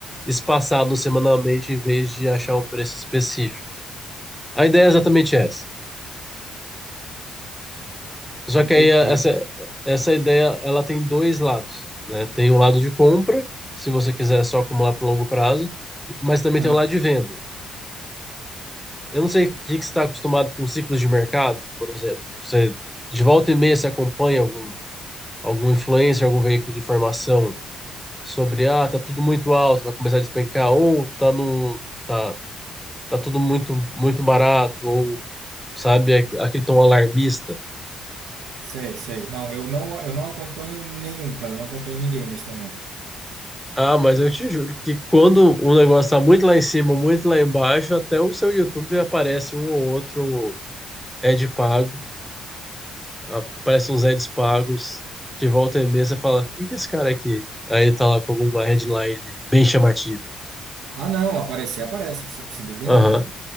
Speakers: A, in the centre; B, on the right (about 85°).
A: espaçado semanalmente em vez de achar um preço específico. A ideia é exatamente essa. Só
B: entendi.
A: que aí a- essa, essa ideia ela tem dois lados, né? Tem o lado de compra, se você quiser só acumular para o longo prazo, mas também
B: Ah,
A: tem o lado de venda. Eu não sei o que que você está acostumado com ciclos de mercado, por exemplo. Você de volta e meia você acompanha algum algum influencer, algum veículo de informação sobre ah, tá tudo muito alto, vai começar a despencar, ou tá no tá tá tudo muito muito barato, ou sabe aque- aquele tom alarmista.
B: sei, sei. Não, eu não, eu não acompanho nenhum, cara, eu não acompanho ninguém nesse momento.
A: Ah, mas eu te juro que quando um negócio tá muito lá em cima, muito lá embaixo, até o seu YouTube aparece um ou outro ad pago, aparece uns ads pagos, que volta e meia você fala, quem que é esse cara aqui? Aí ele tá lá com alguma headline bem chamativa.
B: Ah, não, aparecer, aparece, se- sem dúvida
A: Aham.
B: nenhuma, cara.